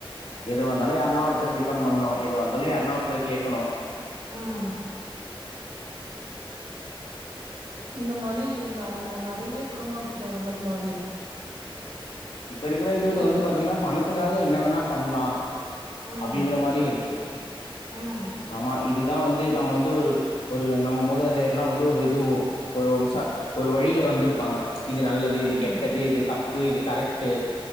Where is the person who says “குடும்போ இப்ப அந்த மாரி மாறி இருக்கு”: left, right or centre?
Right